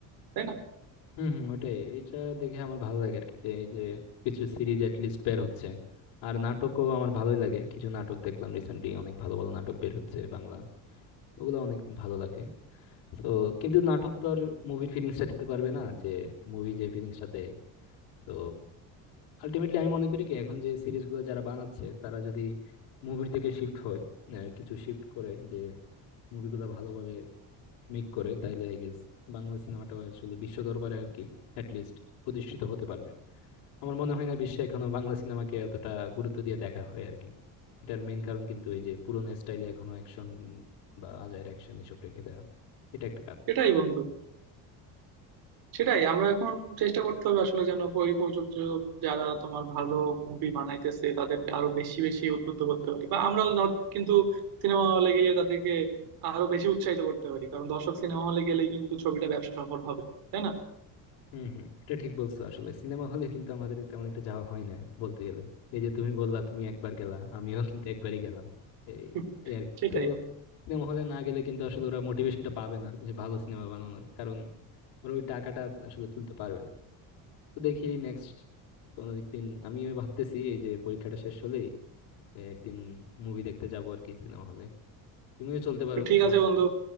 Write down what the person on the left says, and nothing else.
হম হম ওটাই এইটা দেখে আমার ভালো লাগে আর কি যে এই যে কিছু সিরিজ এট লিস্ট বের হচ্ছে আর নাটকও আমার ভালোই লাগে কিছু নাটক দেখলাম রিসেন্টলি অনেক ভালো ভালো নাটক বের হচ্ছে বাংলা ওগুলো অনেক ভালো লাগে তো কিন্তু নাটক তো আর মুভির ফিলিংসটা দিতে পারবে না যে মুভি যে ফিলিংসটা দেয় তো আলটিমেটলি আমি মনে করি কি এখন যে সিরিজগুলো যারা বানাচ্ছে তারা যদি মুভির দিকে শিফট হয় আহ, কিছু শিফট করে যে মুভিগুলো ভালোভাবে মেক করে তাহলে আই গেস বাংলা সিনেমাটাও আসলে বিশ্ব দরবারে আর কি অ্যাট লিস্ট প্রতিষ্ঠিত হতে পারবে আমার মনে হয় না বিশ্বে এখনো বাংলা সিনেমাকে এতটা গুরুত্ব দিয়ে দেখা হয় আর কি এটার মেইন কারণ কিন্তু এই যে পুরোনো স্টাইলে এখনো অ্যাকশন বা আজাইর অ্যাকশন এসব রেখে দেওয়া এটা একটা কারণ
হম হম এটা ঠিক বলছো আসলে সিনেমা হলে কিন্তু আমাদের তেমন একটা যাওয়া হয় না বলতে গেলে এই যে তুমি বললা তুমি একবার গেলা আমিও কিন্তু একবারই গেলাম এই
এই আর কি
তো সিনেমা হলে না গেলে কিন্তু আসলে ওরা মোটিভেশনটা পাবে না যে ভালো সিনেমা বানানোর কারণ ওরা ওই টাকাটা আসলে তুলতে পারবে না তো দেখি নেক্সট কোনো দিন আমি ভাবতেছি এই যে পরীক্ষাটা শেষ হলেই এই একদিন মুভি দেখতে যাবো আর কি সিনেমা হলে তুমিও চলতে পারো
আমার
সাথে